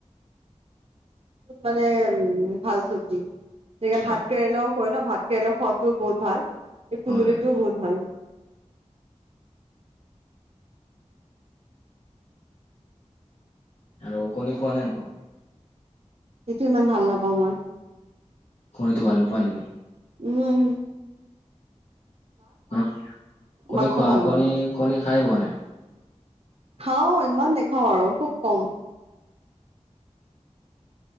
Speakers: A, on the right (about 55°); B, on the left (about 60°).
A: মানে উম ভাল চব্জি যেনেকে
B: হয়
A: ভাত কেৰেলাও কৰে ন ভাত। কেৰেলৰ খোৱাদটোও বহুত ভাল এই কুন্দুলিটোও
B: হয় হয়
A: বহুত ভাল।
B: আৰু কণী খোৱা নে নোখোৱা।
A: সেইটো ইমান ভাল নাপাওঁ মই।
B: হয় এইটো ভাল নোপোৱা নেকি।
A: উম হুম।
B: উম কণী
A: মাংস
B: খোৱা
A: ভাল
B: কণী
A: পাওঁ
B: খাই খাই পোৱা নাই।
A: খাওঁ ইমান নেখাওঁ আৰু খুব কম।